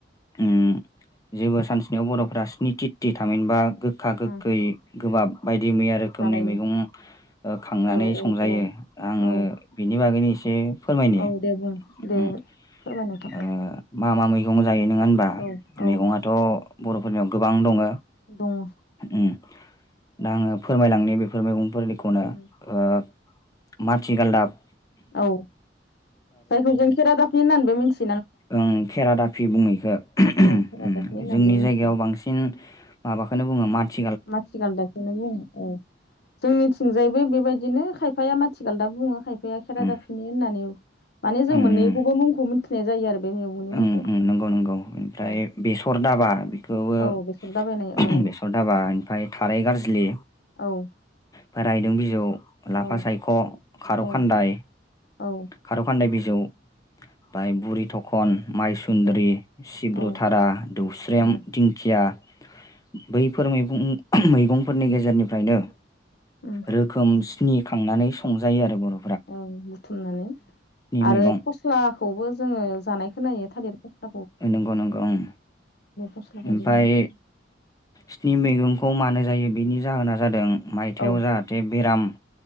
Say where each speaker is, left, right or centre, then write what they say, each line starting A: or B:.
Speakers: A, on the left (about 20°); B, on the left (about 60°).
A: उम जेबो सानसनायाव बर'फोरा स्नि तीटि थामिनबा गोखा गोखै
B: उम
A: गोबाब बायदि मैया रोखोमनि
B: जानायनि
A: मैगं खांनानै
B: औ औ
A: संजायो
B: औ
A: आङो
B: औ
A: बिनि बागैनो एसे फोरमायनि
B: औ दे बुं दे
A: उम
B: फोरमाय नोंथां
A: ओ मा मा मै जायो नोङा होनबा
B: औ
A: मैगङाथ'
B: औ
A: बर'फोरनियाव गोबां दङ
B: दङ
A: उम दा आङो फोरमायलांनि बेफोर मैगंफोरनिखौनो
B: उम
A: ओ मथि गालदाब
B: औ जायखौ जों खेरादाबनि होननानैबो मिथि
A: ओं खेरा दाफि बुङो एखो हम
B: औ खेरादाफिनि
A: उम
B: होननानैबो
A: जोंनि
B: मिथियो
A: जायगायाव बांसिन माबाखोनो बुङो मास
B: मथि गालदाबखौनो बुङो औ जोंनिथिंजायबो बे बायदिनो खायफाया माथि गालदाब बुङो खायफाया खेरा
A: उम
B: दाफिनि होननानै माने जों
A: उम
B: मोननैखौबो मुं खौ मिन्थिनाय जायो आरो। बे मैगंनि
A: ओं
B: मुंखौ
A: उम नोंगौ नोंगौ ओमफ्राय
B: औ
A: बेसर दाबा बिखोबो
B: औ बेसर दाबायनाय औ
A: बेसर दाबा इनफाय थाराय गारज्लि
B: औ
A: फाय रायदों बिजौ। लाफा
B: औ
A: सायख' खार'
B: औ
A: खान्दाय
B: औ
A: खारौ खान्दाय बिजौ। फाय बुरि थखन माइसुन्द्रि,
B: औ
A: सिब्रुथारा,
B: औ
A: दौस्रेम,
B: औ
A: दिंखिया बैफोर मैगं मैगंफोरनि गेजेरनिफ्रायनो
B: उम
A: रोखोमस खिनि खांनानै संजायो आरो बर'
B: औ बुथुमनानै आरो
A: मैगं
B: फस्लाखौबो जोङो जानाय खोनायो थालेर फस्ला।
A: नोंगौ नोंगौ ओं।
B: फस्लाखौबो
A: ओमफाय
B: जानाय खोनायो
A: स्नि मैगंखौ मानो जायो बिनि जाहोना जादों मायथायाव
B: औ
A: जाहाथे बेराम